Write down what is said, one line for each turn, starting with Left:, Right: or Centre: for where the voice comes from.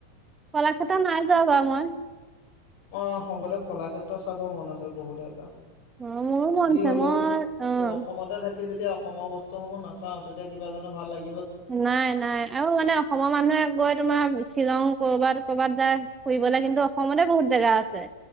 Right: কলাক্ষেত্ৰ নাই যোৱা বাৰু মই।
Left: অ শংকৰদেৱ কলাক্ষেত্ৰ চাব মন আছে বহুত পৰা।
Right: অ মোৰো মন
Left: যি
Right: আছে
Left: হলেও
Right: মই অ
Left: এই অসমতে থাকে। যেতিয়া অসমৰ বস্তুসমূহ নাচাও, তেতিয়া কিবা জনো ভাল লাগে।
Right: নাই, নাই আৰু মানে অসমৰ মানুহে গৈ তোমাৰ। শ্বিলং কৰ'ৰবাত কৰ'ৰবাত যায় ফুৰিবলে কিন্তু অসমতে বহুত জাগা আছে।